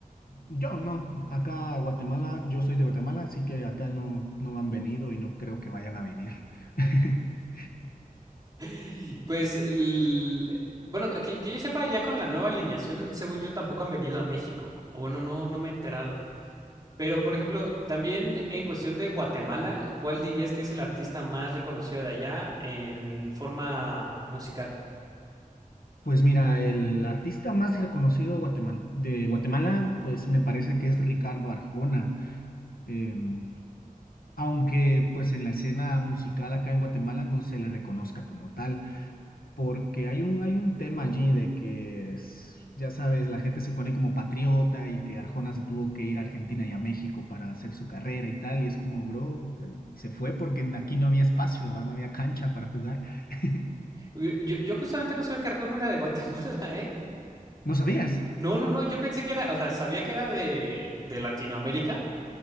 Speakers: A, on the left; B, on the right.
A: Yo no, acá a Guatemala, yo soy de Guatemala, así que acá no, no han venido y no creo que vayan a venir. <laughs>
B: <laughs> Pues, el- bueno, que, que yo sepa, ya con la nueva alineación, según yo, tampoco han venido a México. O bueno, no, no me he enterado. Pero, por ejemplo, también en cuestión de Guatemala, ¿cuál dirías que es el artista más reconocido de allá en forma musical?
A: Pues mira, el artista más reconocido guatemal- de Guatemala, pues me parece que es Ricardo Arjona, em, aunque pues en la escena musical acá en Guatemala no se le reconozca como tal. porque hay un, hay un tema allí de que, es- ya sabes, la gente se pone como patriota y que Arjona se tuvo que ir a Argentina y a México para hacer su carrera y tal, y es como, bro, eh, se fue porque aquí no había espacio, ah, no había cancha para jugar. <laughs>
B: Yo, yo yo justamente no sabía que Arjona era de Guatemala, <laughs>
A: ¿No sabías?
B: No, no, no, yo pensé que era, o sea, sabía que era de, de Latinoamérica,